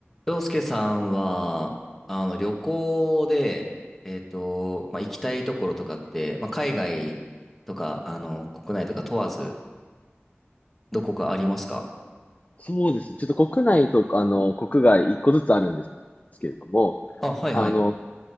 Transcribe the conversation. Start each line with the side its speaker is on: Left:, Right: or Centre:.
Centre: 洋介さんは、あの、旅行で、えっと、まあ、行きたいところとかって、まあ、海外とか、あの、国内とか問わず、どこかありますか
Left: そうですね。ちょっと国内とあの国外一個ずつあるんですけれども、
Centre: あ、はいはい。
Left: あの、